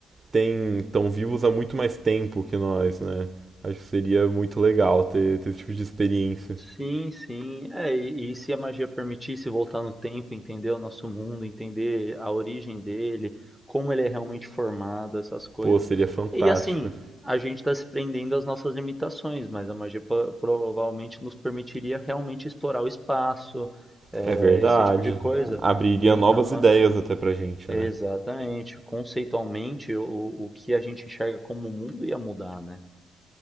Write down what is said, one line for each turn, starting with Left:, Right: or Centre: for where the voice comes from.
Right: têm, estão vivos há muito mais tempo que nós, né? Acho que seria muito legal ter, ter esse tipo de experiência.
Centre: Sim, sim. É, e, e se a magia permitisse voltar no tempo, entender o nosso mundo, entender a origem dele, como ele é realmente formado, essas coisas.
Right: Pô, seria fantástico.
Centre: E assim, a gente está se prendendo às nossas limitações, mas a magia pro- provavelmente nos permitiria realmente explorar o espaço, é,
Right: É verdade.
Centre: esse tipo de É, coisa,
Right: Abriria
Centre: e entrar
Right: novas
Centre: numa.
Right: ideias até pra gente,
Centre: Exatamente.
Right: né?
Centre: Conceitualmente, o, o que a gente enxerga como mundo ia mudar, né?